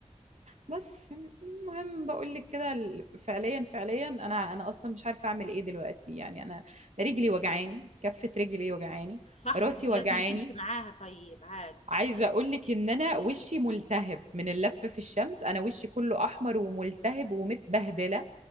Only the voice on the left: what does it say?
صاحبتك
لازم
تمشي معاها طيب عادي